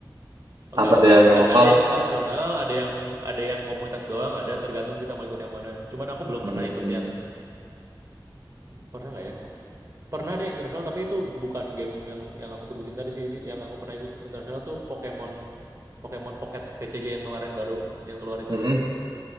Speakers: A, on the right; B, on the right.
A: Enggak.
B: Apa ada yang
A: Ad-
B: lokal?
A: Ada yang internasional, ada yang ada yang komunitas doang, ada tergantung kita mau ikut yang mana. Cuman aku belum
B: Hmm.
A: pernah ikut yang pernah nggak ya? Pernah deh internasional, tapi itu bukan game yang yang aku sebutin tadi sih. Ini Yang aku pernah ikut internasional tuh Pokemon Pokemon Pocket TCG yang kemarin baru yang keluar itu
B: Mm-mm.
A: ingat nggak?